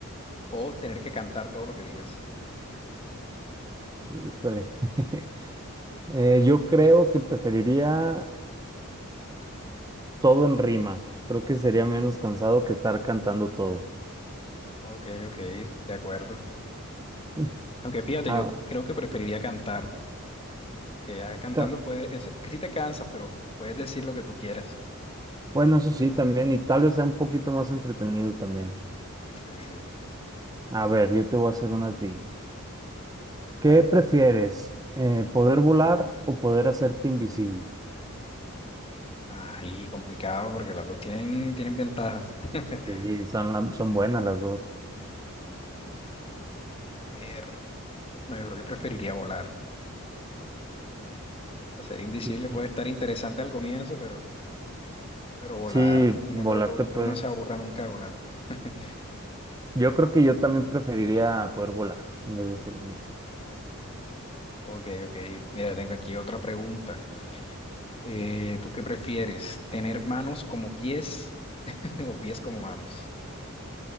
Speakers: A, on the left; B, on the right.
A: o tener que cantar todo lo que digas?
B: Híjole. <laughs> Eh, yo creo que preferiría todo en rimas. Creo que sería menos cansado que estar cantando todo.
A: Ok, ok, de acuerdo.
B: <laughs>
A: Aunque fíjate,
B: Ah,
A: yo creo que preferiría cantar, que ya cantando
B: ca-
A: puedes, es, que sí te cansas, pero puedes decir lo que tú quieras.
B: bueno, eso sí, también, y tal vez sea un poquito más entretenido también.
A: Sí, sí.
B: A ver, yo te voy a hacer una a ti. ¿Qué
A: A ver.
B: prefieres? Eh, ¿poder volar o poder hacerte invisible?
A: Ahí complicado porque las dos tienen, tienen ventajas. <laughs>
B: Sí, son, la- son buenas las dos.
A: Pero no, yo creo que preferiría volar. Ser invisible
B: Sí,
A: puede estar interesante al comienzo, pero, pero volar,
B: sí,
A: no
B: volar
A: creo que,
B: te puede.
A: que uno se aburra nunca de volar. <laughs>
B: Yo creo que yo también preferiría poder volar en vez de ser invisible.
A: Ok, ok. Mira, tengo aquí otra pregunta. Eh, ¿tú qué prefieres? ¿Tener manos como pies <laughs> o pies como manos?